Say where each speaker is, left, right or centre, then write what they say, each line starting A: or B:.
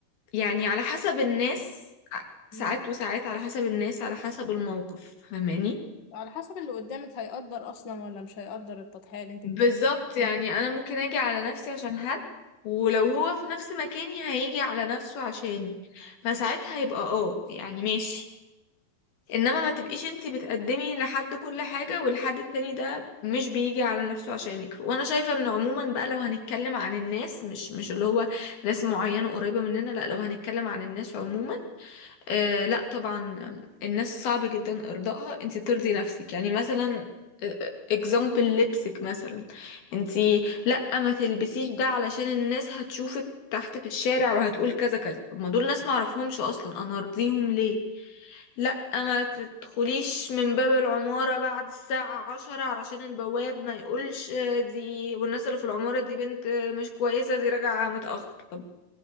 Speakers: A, on the left; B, on the left.
A: يعني على حسب الناس ع-
B: مم.
A: ساعات وساعات على حسب الناس على حسب الموقف فاهماني
B: على حسب اللي قدامك هيقدر اصلا ولا مش هيقدر التضحية اللي انت
A: بالظبط
B: بتعملها
A: يعني انا ممكن اجي على نفسي عشان حد ولو هو في نفس مكاني هيجي على نفسه عشاني فساعتها يبقى اه يعني ماشي انما ما تبقيش انتي بتقدمي لحد كل حاجة والحد التاني ده مش بيجي على نفسه عشانك وانا شايفة ان عموما بقى لو هنتكلم عن الناس مش مش اللي هو ناس معينة قريبة مننا لا لو هنتكلم عن الناس عموما آه لا طبعا الناس صعب جدا ارضائها انت ترضي نفسك يعني مثلا اكزامبل لبسك مثلا انت لا ما تلبسيش ده علشان الناس هتشوفك تحت في الشارع وهتقول كذا كذا طب ما دول ناس ما اعرفهمش اصلا انا ارضيهم ليه لا ما تدخليش من باب العمارة بعد الساعة عشرة علشان البواب ما يقولش دي والناس اللي في العمارة دي بنت مش كويسة دي راجعة متأخر طب